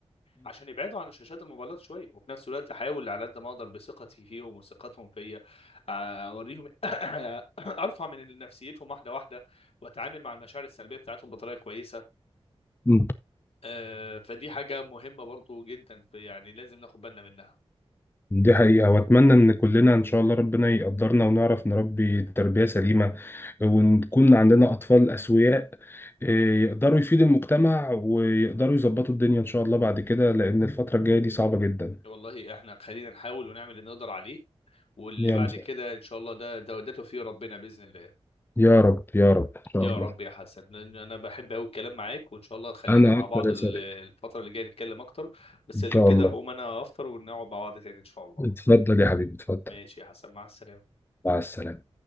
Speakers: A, on the left; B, on the left.
A: عشان يبعدوا عن شاشات الموبايلات شويه وفي نفس الوقت احاول على قد ما اقدر بثقتي فيهم وثقتهم فيا آه، اوريهم <coughs> ارفع من نفسيتهم واحده واحده واتعامل مع المشاعر السلبيه بتاعتهم بطريقه كويسه
B: امم
A: آه، فدي حاجه مهمه برضو جدا في يعني لازم ناخد بالنا منها
B: دي حقيقة وأتمنى إن كلنا إن شاء الله ربنا يقدرنا ونعرف نربي تربية سليمة ونكون عندنا أطفال أسوياء إيه، يقدروا يفيدوا المجتمع ويقدروا يظبطوا الدنيا إن شاء الله بعد كده لأن الفترة الجاية دي صعبة جدا
A: والله احنا خلينا نحاول ونعمل اللي نقدر عليه واللي
B: يا
A: بعد
B: مساء
A: كده ان شاء الله ده ده, ده توفيق ربنا باذن الله
B: يا رب يا رب إن شاء
A: يا
B: الله
A: رب يا حسن لان انا بحب قوي الكلام معاك وان شاء الله خلينا
B: أنا
A: مع
B: أكتر
A: بعض
B: يا
A: ال-
B: صديقي
A: الفتره اللي جايه نتكلم اكتر بس
B: إن
A: يا
B: شاء
A: دوب كده
B: الله
A: هقوم انا افطر ونقعد مع بعض تاني ان شاء الله
B: اتفضل يا حبيبي اتفضل
A: ماشي يا حسن مع السلامه
B: مع السلامة